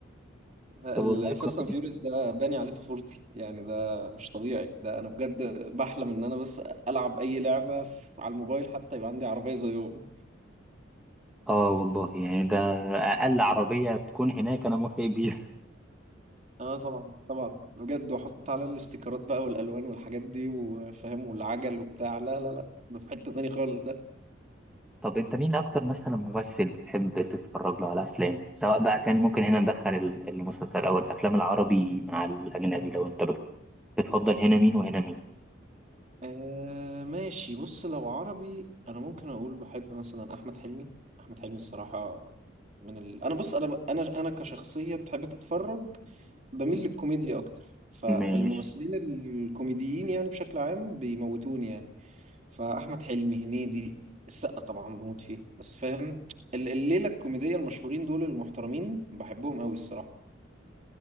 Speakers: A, on the right; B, in the centre.
A: لا
B: طب
A: الفاست
B: والله كويس
A: اند فيوريوس ده باني عليه طفولتي يعني ده مش طبيعي ده انا بجد بحلم ان انا بس العب اي لعبه في- على الموبايل حتى يبقى عندي عربيه زيهم
B: اه والله يعني ده اقل عربيه تكون هناك انا موافق بيها
A: اه طبعا طبعا بجد واحط عليها الاستيكرات بقى والالوان والحاجات دي وفاهم والعجل وبتاع لا لا لا ده في حته تاني خالص ده
B: <laughs> طب انت مين اكتر مثلا ممثل بتحب تتفرج له على افلام سواء بقى كان ممكن هنا ندخل ال- المسلسل او الافلام العربي مع الاجنبي لو انت بت- بتفضل هنا مين وهنا مين
A: آه ماشي بص لو عربي انا ممكن اقول بحب مثلا احمد حلمي احمد حلمي الصراحه من ال... انا بص انا انا انا كشخصيه بتحب تتفرج بميل للكوميديا اكتر فالممثلين
B: ماشي
A: الكوميديين يعني بشكل عام بيموتوني يعني فاحمد حلمي هنيدي السقا طبعا بموت فيه بس فاهم ال- الليله الكوميديه المشهورين دول المحترمين بحبهم قوي الصراحه